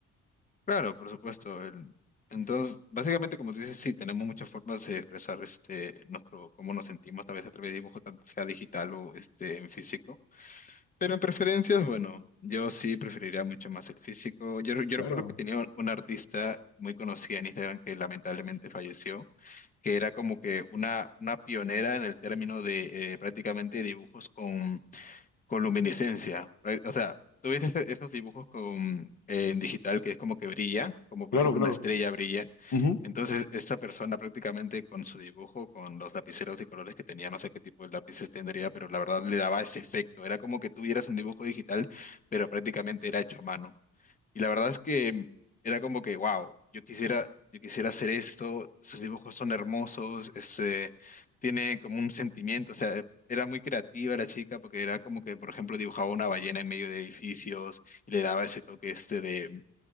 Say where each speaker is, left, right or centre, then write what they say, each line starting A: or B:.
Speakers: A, on the left; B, on the left.
A: Claro, por supuesto. el- Entonces, básicamente, como tú dices, sí, tenemos muchas formas de expresar este nuestro cómo nos sentimos, tal vez a través de dibujo, tanto sea digital o este en físico. Pero en preferencias, bueno, yo sí preferiría mucho más el físico. Yo, yo
B: Claro,
A: recuerdo que tenía un- una artista muy conocida en Instagram que lamentablemente falleció, que era como que una, una pionera en el término de eh, prácticamente dibujos con, con luminiscencia. Pra- O sea, tú ves ese- esos dibujos con, eh, en digital que es como que brilla, como
B: claro,
A: por ejemplo
B: claro.
A: una estrella brilla.
B: Ujú.
A: Entonces, esta persona prácticamente con su dibujo, con los lapiceros de colores que tenía, no sé qué tipo de lápices tendría, pero la verdad le daba ese efecto. Era como que tuvieras un dibujo digital, pero prácticamente era hecho a mano. Y la verdad es que era como que, wow, yo quisiera, yo quisiera hacer esto, sus dibujos son hermosos, este, tiene como un sentimiento, o sea, e, era muy creativa la chica porque era como que, por ejemplo, dibujaba una ballena en medio de edificios y le daba ese toque este de